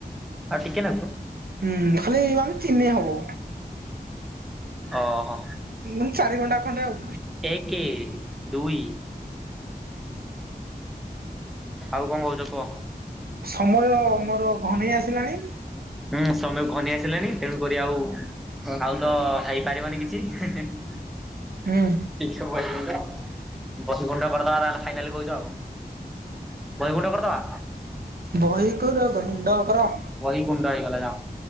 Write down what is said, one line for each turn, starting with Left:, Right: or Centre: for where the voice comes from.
Centre: ଆଉ ଟିକେ ନାକୁ?
Right: ହୁଁ ଖାଲି ଏଇ ଆମେ ଚିହ୍ନି ହବ।
Centre: ଓହୋ
Right: ମାନେ ଚାରି ଘଣ୍ଟା ଖଣ୍ଡେ ଆଉ
Centre: ଏକେ ଦୁଇ ଆଉ କଣ କହୁଛ କୁଅ?
Right: ସମୟ ମୋର ଘନେଇ ଆସିଲାଣି
Centre: ହୁଁ ସମୟ ଘନୀ ଆସିଲାଣି ତେଣୁ କରି ଆଉ ଆଉ ତ ହେଇପାରିବନି କିଛି ହେ ହେ। <inaudible>
Right: ହୁଁ।
Centre: ଇଛା ହୁଏନି ତ ବସକୁୁଣ୍ଡ କରିଦବା ତାହେଲେ ଫାଇନାଲ କହୁଛ ଆଉ। ବହିଗୁଣ୍ଡ କରିଦବା
Right: ବହି କୁର ଗୁଣ୍ଡ କର।
Centre: ବହି ଗୁଣ୍ଡ ହେଇଗଲା ଯାଅ।